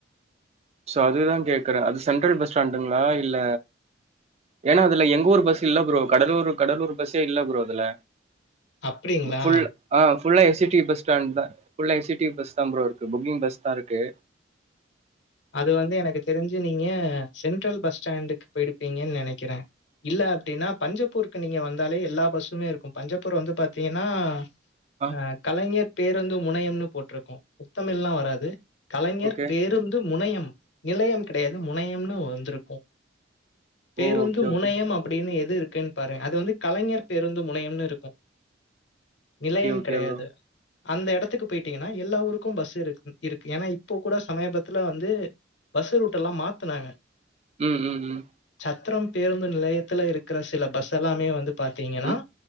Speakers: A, on the right; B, on the left.
A: சோ அதுதா கேக்கறே அது சென்ட்ரல் பஸ் ஸ்டாண்டுங்களா இல்ல ஏன்னா அதுல எங்க ஊர் பஸ் இல்ல ப்ரோ கடலூர் கடலூர் பஸ்ஸே இல்ல ப்ரோ அதுல
B: அப்டிங்களா?
A: ஃபுல் அ ஃபுல்லா S E T C bus stand தா ஃபுல்லா S E T C bus இதா ப்ரோ இருக்கு புக்கிங் பஸ் தா இருக்கு
B: அது வந்து எனக்கு தெரிஞ்சு நீங்க சென்ட்ரல் பஸ் ஸ்டாண்டுக்கு போயிருப்பீங்கன்னு நெனைக்கறே இல்ல அப்டின்னா பஞ்சப்பூருக்கு நீங்க வந்தாலே எல்லா பஸ்ஸுமே இருக்கும் பஞ்சப்பூர் வந்து பாத்தீங்கன்னா
A: ஆ
B: அ கலைஞர் பேருந்து முனையம்னு போட்டுருக்கும் முத்தமிழ்ல்லாம் வராது கலைஞர்
A: ஓகே
B: பேருந்து முனையம் நிலயம் கடயாது முனையம்னு வந்திருக்கு பேருந்து
A: ஓ ஓகே
B: முனையம்
A: ஓகே
B: அப்டின்னு எது இருக்குன்னு பாரு அது வந்து கலைஞர் பேருந்து முனையம்னு இருக்கு நிலயம்
A: ஓகே ஓகே
B: கெடயாது
A: ப்ரோ
B: அந்த எடத்துக்கு போயிட்டீங்கன்னா எல்லா ஊருக்கும் பஸ் இருக்கு இருக்கு ஏன்னா இப்ப கூட சமபத் இதுல வந்து பஸ்ஸு ரூட்ட எல்லா மாத்துனாங்க
A: ம் ம் ம்
B: சத்தர பேருந்து நிலையத்துல இருக்கற சில பஸ் எல்லாமே வந்து பாத்தீங்கன்னா
A: ம்